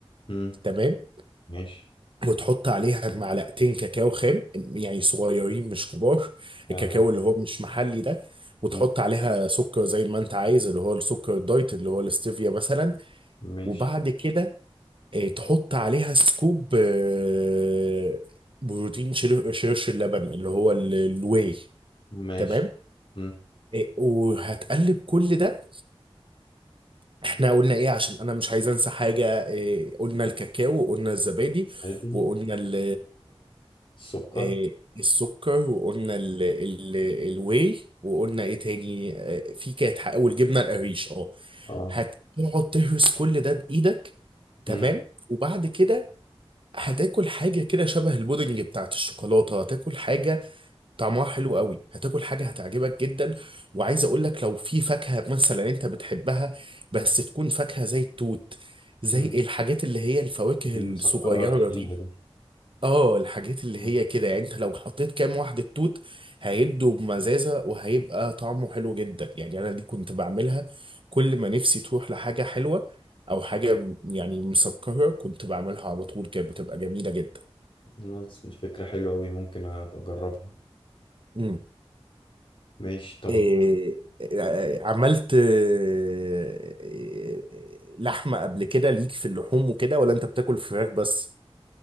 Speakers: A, on the left; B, on the right.
A: مم.
B: تمام
A: ماشي
B: وتحط عليها معلقتين كاكاو خام يعني صغيرين مش كبار
A: تمام
B: الكاكاو اللي هو مش محلي ده وتحط
A: مم،
B: عليها سكر زي ما انت عايز اللي هو السكر الدايت اللي هو الاستيفيا مثلا
A: ماشي
B: وبعد كده آه، تحط عليها سكوب آه، بروتين شير- شيرش اللبن اللي هو ال- الواي
A: ماشي
B: تمام
A: مم.
B: آه، وهتقلب كل ده احنا قلنا ايه عشان انا مش عايز انسى حاجة آه، قلنا الكاكاو وقلنا الزبادي
A: ادي
B: وقلنا ال
A: السكر
B: آه، السكر وقلنا ال ال الواي وقلنا ايه تاني آه، في كانت حق- والجبنة القريش اه
A: اه
B: هتقعد تهرس كل ده بإيدك
A: مم.
B: تمام وبعد كده هتاكل حاجة كده شبه البودنج بتاعت الشوكولاتة هتاكل حاجة طعمها حلو قوي هتاكل حاجة هتعجبك جدا وعايز اقول لك لو في فاكهة مثلا انت بتحبها بس تكون فاكهة زي التوت زي
A: مم.
B: الحاجات اللي هي الفواكه
A: المسكرة
B: الصغيرة
A: الحلوة
B: دي
A: دي
B: اه الحاجات اللي
A: مم.
B: هي كده يعني انت لو حطيت كام واحدة توت هيدوا بمزازة وهيبقى طعمه حلو جدا يعني انا دي كنت بعملها كل ما نفسي تروح لحاجة حلوة او حاجة يعني مسكرة كنت بعملها على طول كانت بتبقى جميلة جدا
A: خلاص، دي فكرة حلوة أوي ممكن أبقى أجربها
B: مم.
A: ماشي طب
B: إيه إيه، عملت إيه، إيه، لحمة قبل كده ليك في اللحوم وكده ولا انت بتاكل فراخ بس